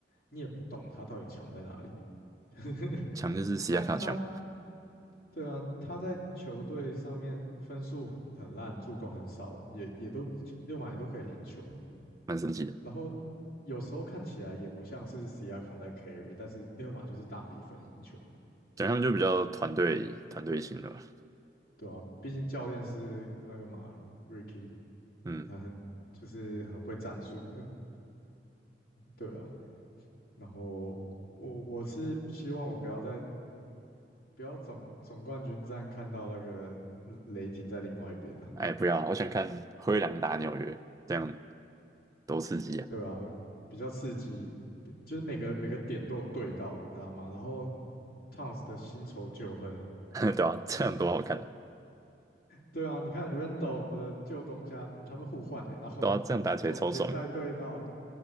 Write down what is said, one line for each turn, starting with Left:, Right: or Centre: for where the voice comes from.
Left: 你也不懂他到底强在哪里。<laughs>
Right: 强就是西亚卡强，
Left: 他他对啊，他在球队上面分数很烂，助攻很少，也也都六马也都可以赢球。
Right: 蛮神奇的。
Left: 然后有时候看起来也不像是 c R 扛在 carry，但是六马就是大比分赢球，
Right: 讲他们就比较团队团队型的吧，
Left: 对啊，毕竟教练是那个嘛 Ricky，
Right: 嗯，
Left: 他很就是很会战术的，对啊。然后我我是希望我不要在不要总总冠军战看到那个雷霆在另外一边啊
Right: 哎，不要，我想看灰狼打纽约，这样多刺激啊，
Left: 对啊，比较刺激，比就是每个每个点都有对到，你知道吗？然后 Towns 的新仇旧恨，
Right: <laughs> 对吧、啊这样多好看啊，
Left: 对啊，你看 r a n d a l l 的旧东家，呃他们互换哎、然后
Right: 对啊，
Left: <laughs>
Right: 这样打起来超爽，
Left: 总决赛对到，